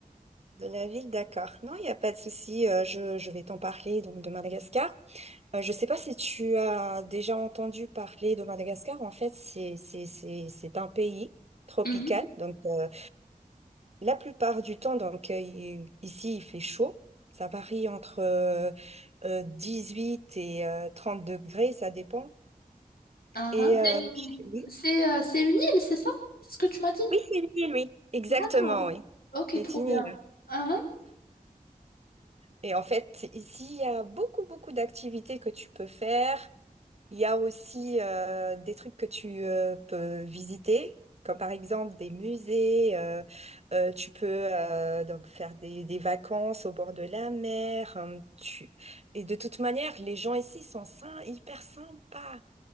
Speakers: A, on the right; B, on the left.
A: De la ville, d'accord. Non, il n'y a pas de souci. euh, je, je vais t'en parler donc de Madagascar. Euh, je ne sais pas si tu as déjà entendu parler de Madagascar. En fait, c'est c'est c'est c'est un pays tropical.
B: Mhm.
A: Donc euh, la plupart du temps, donc euh, il- ici il fait chaud. Ça varie entre euh, euh, 18 et euh, 30 degrés, ça dépend.
B: Uhum.
A: Et euh,
B: Et, euh,
A: oui,
B: c'est euh, c'est une île, c'est ça? C'est ce que tu m'as dit?
A: oui, c'est une île, oui. Exactement,
B: D'accord.
A: oui.
B: Ok,
A: C'est
B: trop
A: une
B: bien.
A: île.
B: Uhum.
A: Et en fait, ici, il y a beaucoup, beaucoup d'activités que tu peux faire. Il y a aussi euh, des trucs que tu euh, peux visiter, comme par exemple des musées. euh, euh, tu peux euh, donc faire des, des vacances au bord de la mer. hein, tu... Et de toute manière, les gens ici sont sym- hyper sympas